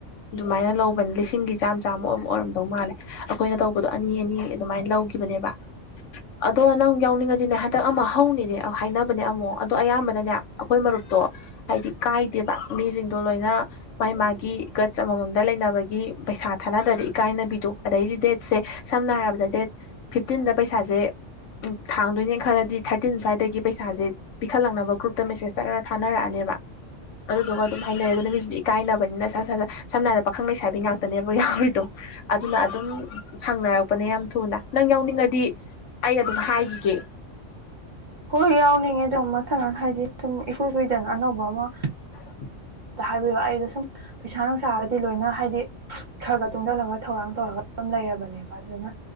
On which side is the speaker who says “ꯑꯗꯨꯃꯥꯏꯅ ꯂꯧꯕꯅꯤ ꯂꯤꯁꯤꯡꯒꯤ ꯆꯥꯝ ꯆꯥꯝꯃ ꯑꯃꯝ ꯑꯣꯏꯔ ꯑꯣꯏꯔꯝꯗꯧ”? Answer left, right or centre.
Left